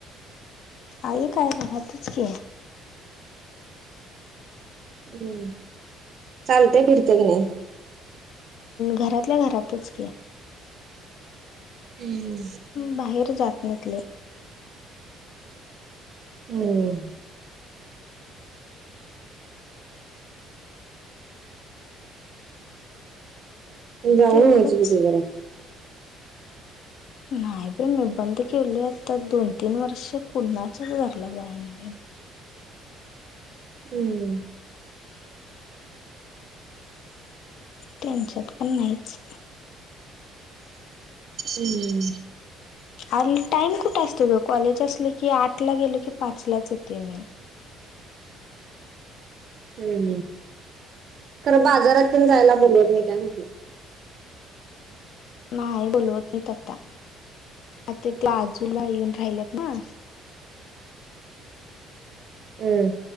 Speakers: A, on the left; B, on the right.
A: आई काय घरातच की
B: हम् चालते फिरते का ग नाही?
A: घरातल्या घरातच की
B: हम्म
A: बाहेर जात नाहीत लय.
B: हम्म जाऊन
A: तेवढंच
B: यायचं की तू जरा
A: नाही ब मी बंद केल आता दोन तीन वर्ष कुणाच घरला जाई ना.
B: हम्म
A: त्यांच्यात पण नाहीच.
B: हम्म
A: आणि टाइम कुठे असतो ग कॉलेज असलं की आठ ला गेलो की पाचलाच येते मी.
B: ह खरं बाजारातून जायला बोलवत म काय म्हण
A: नाही बोलवत नाही तर आता आता ते आजूला येऊन राहिलेत ना
B: हमं